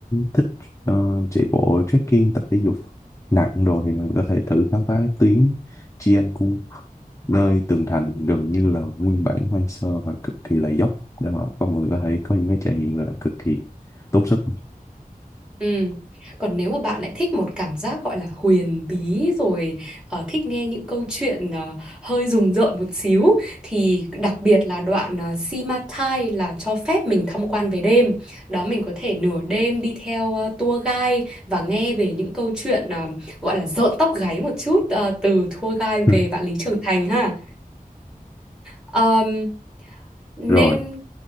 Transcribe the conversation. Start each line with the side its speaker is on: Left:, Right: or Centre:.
Left: thích ờ, chạy bộ trekking tập thể dục nặng đồ thì mình có thể thử khám phá tuyến Chiancu nơi tường thành gần như là nguyên bản hoang sơ và cực kỳ là dốc để mà có mọi người có thể có những cái trải nghiệm là cực kỳ tốn sức
Centre: Ừ. Còn nếu mà bạn lại thích một cảm giác gọi là huyền bí rồi ờ, thích nghe những câu chuyện ờ, hơi rùng rợn một xíu thì đặc biệt là đoạn uh, Simacai là cho phép mình tham quan về đêm. Đó mình có thể nửa đêm đi theo ờ, tour guide và nghe về những câu chuyện ờ, gọi là rợn tóc gáy một chút ờ, từ tour guide
Left: <laughs>
Centre: về Vạn Lý Trường Thành ha. Ờm, nên
Left: rồi